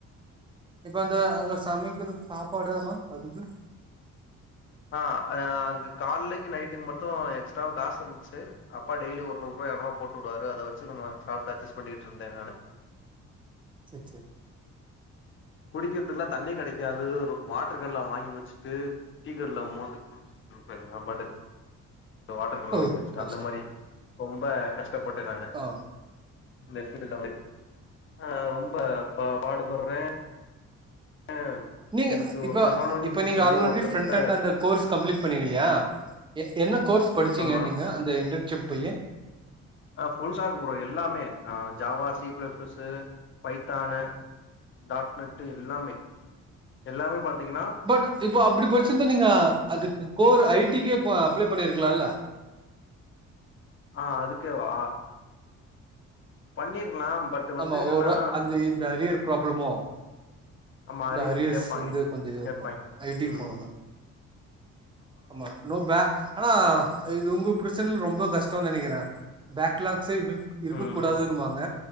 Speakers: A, on the right; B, on the left.
A: இப்ப அந்த அங்க சமைக்கிறது சாப்பாடு அதெல்லா அதுக்கு
B: ஆ அ அங்க கால்லக்கு நைட்டுக்கு மட்டு எக்ஸ்ட்ராவா காசு இருந்துச்சு அப்பா டெய்லி ஒரு நூற்வா எற்நூற்வா போட்டுடுவாரு அத வச்சு நம்ம சாப்ட்டு அச்சஸ் பண்ணிட்ருந்தே நானு
A: சே சே
B: குடிக்கிறதுக்லா தண்ணி கெடைக்காது ரு வாட்டர் கேன்ல வாங்கி வச்சுட்டு டீ கடைல மோந்து குடுச் இருப்பே நா பாட்டு வாட்டர் கேன்ல
A: ம்
B: வாங்கி வச்சுட்டு
A: கஷ்டோ
B: அந்த மாரி ரொம்ப கஷ்டப்பட்ட நானு
A: ஆ
B: இந்த ஃபீல்டுல வந்து ஆ ரொம்ப பா பாடுபட்றே ஆ
A: நீங்க
B: எனக்கு
A: இப்ப
B: ஒ சரவணன்ஸ்ன்
A: இப்ப நீங்க
B: சொல்லி
A: ஆல்ரெடி
B: ஒருத்தர்
A: ஃப்ரண்ட்
B: கிட்ட
A: அண்ட் அந்த கோர்ஸ் கம்ப்ளீட் பண்ணீங்ல்லயா எ என்ன கோர்ஸ் படிச்சீங்க
B: ஆமா
A: நீங்க அந்த இன்டன்ஷிப் போயி
B: ஆ ஃபுல்சா குப்டுவோ எல்லாமே Java C C plus Python dot net எல்லாமே எல்லாமே பாத்தீங்ன்னா
A: பட் இப்போ அப்டி பட்ச்சிருந்தா நீங்க அதுக்கு கோர் ஐ டி க்கே அப்ளே பண்ணிருக்லால்ல
B: ஆ அதுக்கே வா பண்ணிருக்கலா பட் வந்து
A: ஆமா
B: என்னன்னா
A: ஒரு அந்த இந்த அரியர் ப்ராப்ளமோ
B: ஆமா
A: இந்த
B: அரியர்
A: அரியர்ஸ்
B: கேப்பாய்ங்க
A: வந்து கொஞ்ச இதுவா
B: கேப்பாய்ங்க
A: இருக்கு ஐ டி க்கு
B: ம்
A: போனுனா ஆமா நோ பே ஆனா இது உங்க பிரச்சனல ரொம்ப கஷ்டோ நெனகிறே பேக்லாக்ஸே இருக் இருக்க
B: ம்
A: கூடாதுனுவாங்க